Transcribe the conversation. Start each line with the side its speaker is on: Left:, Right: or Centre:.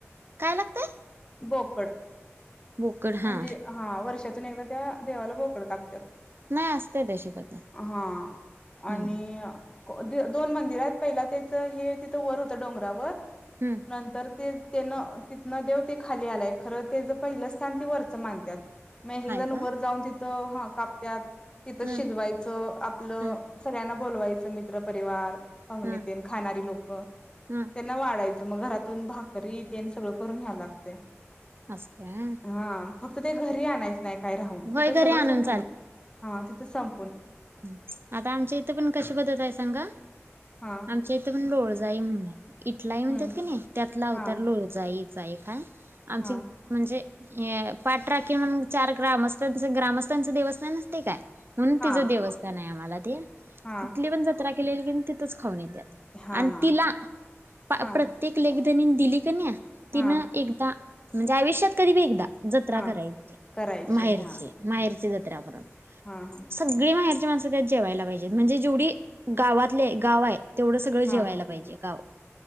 Right: काय लागतंय
Left: बोकड
Right: बोकड हा
Left: म्हणजे हा वर्षा तून एकदा त्या देवाला बोकड कापतात
Right: नाही असते तशी पद्धत
Left: हा
Right: हम्म
Left: आणि <unintelligible> दो-दोन मंदिरायत पहिला त्याचं हे तिथं वर होतं डोंगरावर
Right: हम्म
Left: नंतर ते तेनं तिथनं देव ते खाली आलाय खरं तेजं पहिलं स्थान ते वरचं मानत्यात मग एकेक
Right: हाय
Left: जण
Right: का
Left: वर जाऊन तिथं हा कापत्यात तितं
Right: हा
Left: शिजवायचं आपलं
Right: हा
Left: सगळ्यांना बोलवायचं मित्र परिवार पाहून
Right: हा
Left: येतेन खाणारी लोकं
Right: हा
Left: त्यांना वाढायचं मग घरातून भाकरी तेन तेन सगळं करून न्यायला लागतंय
Right: असत्या
Left: हा फक्त ते घरी आणायचं नाही काय राहून
Right: होय
Left: तिथं
Right: घरी
Left: सगळं
Right: आणून
Left: संपून हा तिथं सं
Right: ह्म्म आता आमच्या इथं पण कशी पद्धतय सांगा
Left: हा
Right: आमच्या इथं प लोळजई म्हणूनाय इटलाई म्हणत्यात
Left: हम्म
Right: की नाई त्यातला अवतार
Left: हा
Right: लोळजईचाई चा आय एक आय आमची
Left: हा
Right: म्हणजे <unintelligible> पाठराखीण म्हणुन चार ग्रामस्थांचं ग्रामस्थांचं देवस्थान अस्तय काय म्हणून
Left: हा
Right: तिचं देवस्थान आहे आम्हाला ते
Left: हा
Right: तिथली पण जत्रा केलेली कीनी तिथच खाऊन येतंय
Left: हा
Right: आणि तिला प्र-प्रत्येक
Left: हा
Right: लेक धनी दिली का नाही
Left: हा
Right: तिनं एकदा म्हणजे आयुष्यात कधी बी एकदा जत्रा
Left: हा
Right: करायची
Left: करायचे
Right: माहेरची
Left: हा
Right: माहेरची जत्रा म्हणुन
Left: हा हा
Right: सगळी माहेर रची माणूसं त्यात जेवायला पाहिजे म्हणजे जेवढी गावातले गावाय तेवढं सगळं
Left: हा
Right: जेवायला पाहिजे गाव